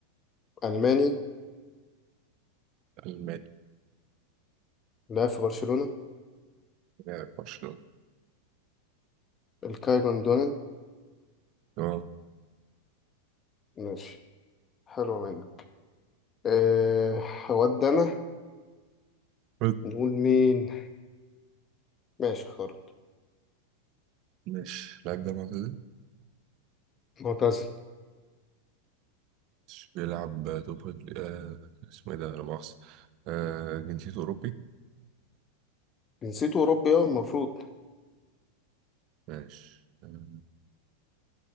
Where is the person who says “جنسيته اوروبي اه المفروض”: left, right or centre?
Left